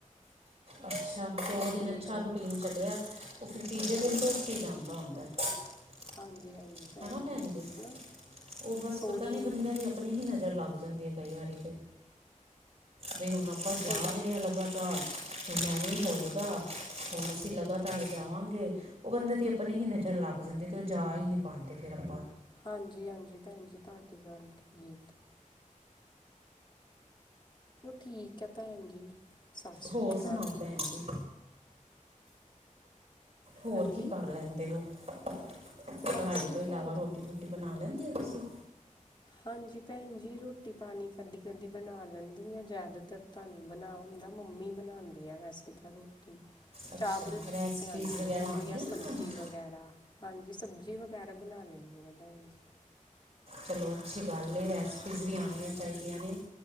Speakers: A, on the right; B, on the left.
A: ਅੱਛਾ ਦੋ ਦਿਨ
B: ਫਿਰ
A: ਅੱਛਾ ਰੂਟੀਨ ਚਲਿਆ, ਉਹ ਫਿਰ ਤੀਜੇ
B: ਹਾਂਜੀ
A: ਦਿਨ ਟੁਟ ਕੇ ਜਾਂਦਾ ਹੁੰਦਾ। <inaudible>
B: ਹਾਂਜੀ ਹਾਂਜੀ
A: ਹਨਾ ਭੈਣ ਜੀ,
B: ਨਾ
A: ਉਹ ਬਸ
B: ਥੋੜ੍ਹੀ
A: ਪਤਾ ਨੀ ਬੰਦੇ ਦੀ ਆਪਣੀ ਹੀ ਨਜ਼ਰ ਲਾ ਲੱਗ ਜਾਂਦੀ ਏ। ਕਈ ਵਾਰੀ ਤੇ ਬਈ ਹੁਣ ਆਪਾਂ
B: ਥੋ
A: ਜਾ ਰਹੇ ਹਾਂ ਲਗਾਤਾਰ ਹਣ ਐਵੇ ਹੀ ਹੋਏਗਾ ਹੁਣ ਅਸੀਂ ਲਗਾਤਾਰ ਜਾਵਾਂਗੇ ਉਹ ਬੰਦੇ ਦੀ ਆਪਣੀ ਹੀ ਨਜ਼ਰ ਲੱਗ ਜਾਂਦੀ ਤੇ ਉਹ ਜਾ ਹੀ ਪਾਉਂਦੇ ਫਿਰ ਆਪਾਂ
B: ਹਾਂਜੀ-ਹਾਂਜੀ ਭੈਣ ਜੀ ਤੁਹਾਡੀ ਗੱਲ ਠੀਕ ਏ। ਚਲੋ ਠੀਕ ਹੈ ਭੈਣ ਜੀ। ਸਤਿ ਸ਼੍ਰੀ
A: ਹੋਰ
B: ਅਕਾਲ
A: ਸੁਣਾਓ ਭੈਣ ਜੀ? ਹੋਰ
B: ਹਾਂਜੀ
A: ਕੀ ਕਰ ਲੈਂਦੇ ਉ <inaudible>
B: ਬਸ
A: ਪੜ੍ਹਾਈ ਤੋਂ ਇਲਾਵਾ
B: ਹੋਰ
A: ਰੋਟੀ ਰੂਟੀ ਬਣਾ ਰੇਂਦੇ ਓ ਤੁਸੀਂ
B: ਹਾਂਜੀ ਭੈਣ ਜੀ, ਰੋਟੀ ਪਾਣੀ ਕਦੀ, ਕਦੀ ਬਣਾ ਲੈਂਦੀ ਆ ਜ਼ਿਆਦਾਤਰ ਤਾਂ ਨਹੀਂ ਬਣਾ ਹੁੰਦਾ ਮੰਮੀ ਬਣਾਉਂਦੇ ਆ ਵੈਸੇ ਤਾਂ ਰੋਟੀ
A: ਅੱਛਾ
B: ਚਾਵਲ
A: ਰੈਸਪੀਜ਼
B: ਆਉਂਦੇ
A: ਵਗੈਰਾ
B: ਮੈਨੂੰ
A: ਆਉਂਦੀਆਂ
B: ਯਾ
A: ਨੇ
B: ਸਬਜ਼ੀ
A: ਤੁਹਾਨੂੰ
B: ਵਗੈਰਾ ਹਾਂਜੀ ਸਬਜ਼ੀ ਵਗੈਰਾ ਬਣਾ ਲੈਂਦੀ ਹਾਂ ਭੈਣ ਜੀ।
A: ਚਲੋ ਅੱਛੀ ਗੱਲ ਹੈ, ਰੈਸਪੀਜ਼ ਵੀ ਆਉਣੀਆਂ ਚਾਹੀਦੀਆਂ ਨੇ